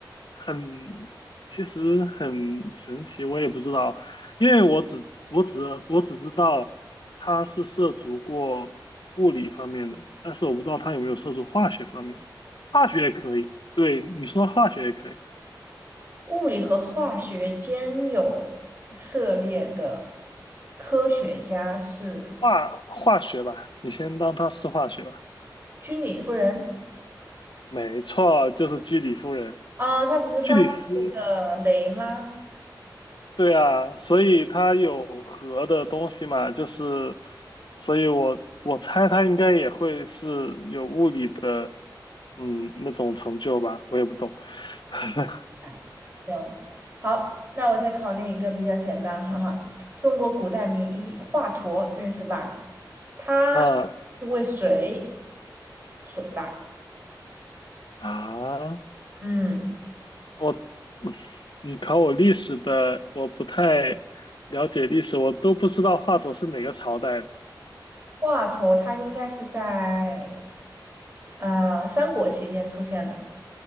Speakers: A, on the left; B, on the right.
A: 很，其实很神奇，我也不知道，因为我只我只我只知道他是涉足过物理方面的，但是我不知道他有没有涉足化学方面，化学也可以，对，你说化学也可以，
B: 物理和化学兼有涉猎的科学家是
A: 化化学吧，你先当他是化学吧，
B: 居里夫人
A: 没错，就是居里夫人，
B: 啊，她不是发明那个镭吗？
A: 居里夫。对啊，所以它有核的东西嘛，就是，所以我我猜它应该也会是有物理的，嗯，那种成就吧，我也不懂。<laughs>
B: 哎，行，好，那我再考虑一个比较简单，哈哈。中国古代名医华佗认识吧？他是为谁
A: 啊
B: 所杀？
A: 啊，
B: 嗯，
A: 我，你考我历史的，我不太了解历史，我都不知道华佗是哪个朝代的。
B: 华佗他应该是在呃三国期间出现的。